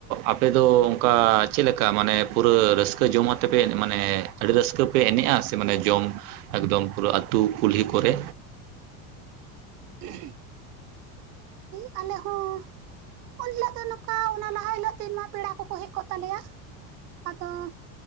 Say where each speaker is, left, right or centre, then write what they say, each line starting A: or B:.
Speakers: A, on the right; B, on the right.
A: ᱟᱯᱮ ᱫᱚ? ᱠᱟ ᱪᱮᱫ ᱞᱮᱠᱟ ᱢᱟᱱᱮ ᱯᱩᱨᱟᱹ ᱨᱟᱹᱥᱠᱟᱹ ᱡᱚᱢᱟᱛᱮ ᱯᱮ ᱢᱟᱱᱮ ᱟᱹᱰᱤ ᱨᱟᱹᱥᱠᱟᱹ ᱯᱮ ᱮᱱᱮᱜ-ᱟ ᱥᱮ ᱢᱟᱱᱮ ᱡᱚᱢ? ᱮᱠᱫᱚᱢ ᱯᱩᱨᱟᱹ ᱟᱹᱛᱩ ᱠᱩᱞᱦᱤ ᱠᱚᱨᱮ᱾
B: ᱩ ᱦᱩᱸ ᱟᱞᱮ ᱦᱚᱸ ᱩᱱ ᱦᱞᱳᱜ ᱫᱚ ᱱᱚᱠᱟ ᱚᱱᱟ ᱞᱟᱦᱟ ᱦᱤᱞᱳ᱾ ᱛᱤᱱᱢᱟ ᱱᱟᱣᱟ ᱯᱮᱲᱟ ᱠᱚᱠᱚ ᱦᱮᱡ ᱠᱚᱜ ᱛᱟᱞᱮᱭᱟ ᱟᱫᱚ